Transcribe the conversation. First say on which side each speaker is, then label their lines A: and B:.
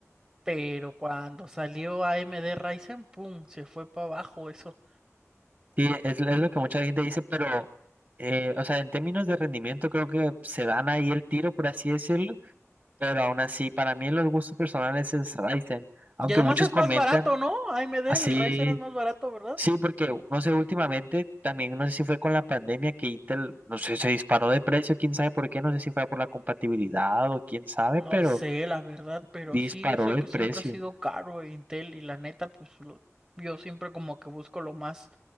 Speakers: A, on the right; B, on the right.
A: Pero cuando salió AMD Ryzen, ¡pum! Se fue para abajo eso.
B: Sí, es, es lo que mucha gente dice, pero, eh, o sea, en términos de rendimiento creo que se dan ahí el tiro, por así decirlo, pero aún así, para mí en los gustos personales es Ryzen, aunque
A: Y además
B: muchos
A: es
B: comentan
A: más barato, ¿no? AMD,
B: así,
A: el Ryzen es más barato, ¿verdad?
B: sí, porque, no sé, últimamente también, no sé si fue con la pandemia que Intel, no sé, se disparó de precio, quién sabe por qué, no sé si fue por la compatibilidad o quién sabe,
A: No
B: pero
A: sé, la verdad, pero
B: disparó
A: sí, yo sé
B: de
A: que
B: precio.
A: siempre ha sido caro Intel y la neta, pues lo- yo siempre como que busco lo más